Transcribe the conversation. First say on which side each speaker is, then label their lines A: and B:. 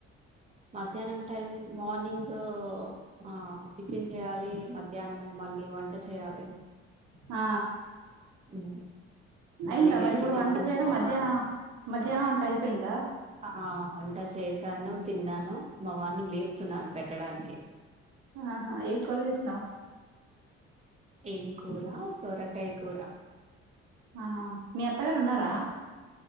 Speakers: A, on the right (about 20°); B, on the right (about 65°).
A: మధ్యాహ్నం టైమ్ మార్నింగ్ ఆ టిఫిన్ చేయ్యాలి మ ధ్యానము మళ్ళీ వంట చేయాలి
B: ఆ
A: ఉ మళ్ళీ
B: అయిందా
A: వీడికి
B: మరి ఇప్పుడు
A: తినిపించుకోవాలి
B: వంట చేయడం మధ్యాహ్నం మధ్యాహ్నం వంట అయిపోయిందా
A: ఆ అంతా చేశాను తిన్నాను మా వాన్ని లేపి న్నాను పెట్టడానికి
B: ఆ హా ఏం కూర చేసినవు
A: ఏం కూర సోరకాయ కూర
B: ఆ హా మీ అత్తగారు ఉన్నారా